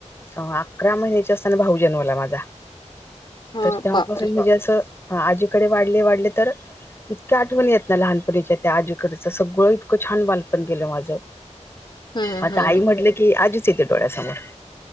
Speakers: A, on the left; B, on the left.
A: अ अकरा महिन्याची असताना भाऊ जन्मला माझा,,
B: हां,
A: तर तेव्हापासून
B: बापरे!
A: म्हणजे असं हा आजीकडे वाढले वाढले तर इतक्या आठवणी येत ना लहानपणीच्या त्या आजीकडचं सगळं इतकं छान बालपण गेलं माझं
B: हं,
A: मग आता
B: हं.
A: आई म्हटलं की आजीचं येते डोळ्यासमोर,,